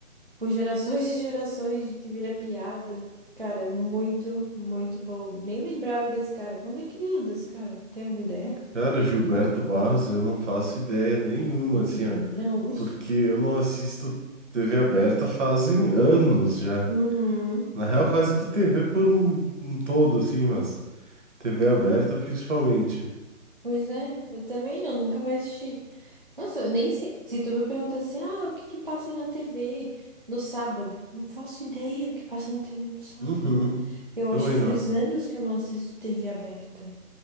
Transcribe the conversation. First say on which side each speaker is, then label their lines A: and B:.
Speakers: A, on the right; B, on the right.
A: por gerações <laughs> e gerações, que vira piada. Cara, muito, muito bom. Nem lembrava desse cara. Onde é que ele anda, esse cara? Tem alguma ideia?
B: Cara, Gilberto Barros, eu não faço ideia nenhuma,
A: Eu
B: assim,
A: também
B: ó.
A: não. <laughs>
B: Porque eu não assisto TV aberta fazem anos já.
A: Uhum.
B: Na real, quase que TV por um, um todo, assim, mas TV aberta principalmente.
A: Pois é, eu também não, nunca mais assisti. Nossa, eu nem sei. Se tu me pergunta assim, ah, o que que passa na TV no sábado? Não faço ideia do que passa na TV no sábado.
B: Uhum,
A: Eu
B: também
A: acho que faz
B: não.
A: anos que eu não assisto TV aberta.